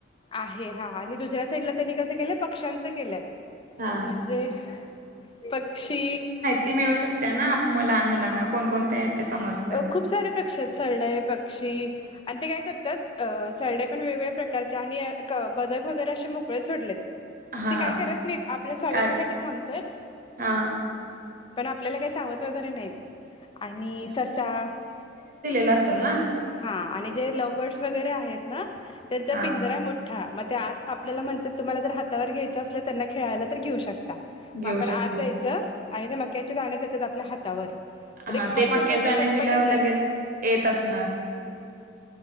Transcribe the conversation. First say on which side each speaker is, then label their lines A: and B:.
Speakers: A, on the left; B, on the right.
A: आहे हा आणि दुसऱ्या साईडला त्यांनी कसं केलंय पक्ष्यांचं केलंय.
B: हा
A: म्हणजें पक्षी
B: ती मिळू शकते नां आप म लहान मुलांना कोणकोणत्या आहेत ते समज
A: अं खूप सारे पक्षी आहेत, सरडे आहे पक्षी. आण ते काय करतात, अं सरडे पणं वेगवेळ्या प्रकारचे आणि क बदक वगैरे असे मोकळे सोडलेत.
B: हा
A: ते काय करत नाहीतं आपल्या स्वागतासाठी
B: काय
A: थांबतायेत.
B: हा
A: पणं आपल्याला काही चावत वगैरे नाहीत, आणि ससा.
B: लासल नां!
A: हां आणि जे लवबर्डसं वगैरे आहेत नां त्यांचा
B: हा
A: पिंजरा य मो ठा म ते आत आपल्याला म्हणतात तुम्हाला जर हातावर घ्यायचं असल, त्यांना खेळायला तर घेऊ शक ता
B: घेऊ
A: म आपण
B: शकते
A: आत जायचं आणि ते मक्याचे दाण्ये देतात आपल्या हातावर. मग
B: हां
A: खायसाठी
B: ते मक्या
A: असं
B: चे दाण्ये
A: पटपट
B: दिल्यावर
A: येतात
B: लगेचं येतं असणार!